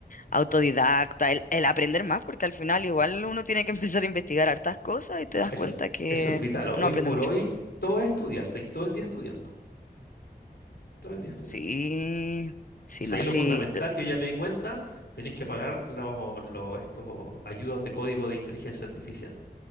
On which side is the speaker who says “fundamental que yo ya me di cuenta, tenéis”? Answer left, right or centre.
Left